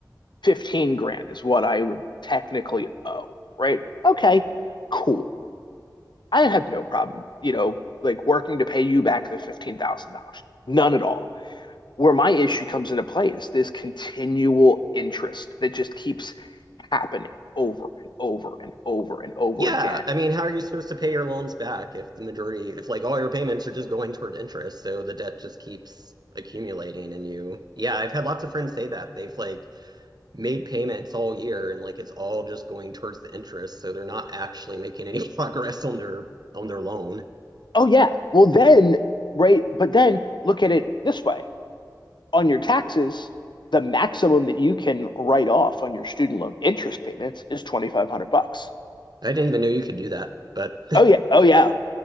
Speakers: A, on the left; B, on the right.
A: 15 grand is what I would technically owe, right? Okay, cool. I have no problem, you know, like working to pay you back the $15,000. None at all. Where my issue comes into play is this continual interest that just keeps happening over and over and over and over
B: Yeah,
A: again.
B: I mean, how are you supposed to pay your loans back if the majority, if like all your payments are just going toward interest, so the debt just keeps accumulating and you, yeah, I've had lots of friends say that. They've like made payments all year and like it's all just going towards the interest, so they're not actually making any <laughs> progress on their on their loan.
A: Oh, yeah. Well, then, right. But then look at it this way on your taxes, the maximum that you can write off on your student loan interest payments is 2500 bucks.
B: I didn't even know you could do that, but
A: Oh yeah, oh yeah.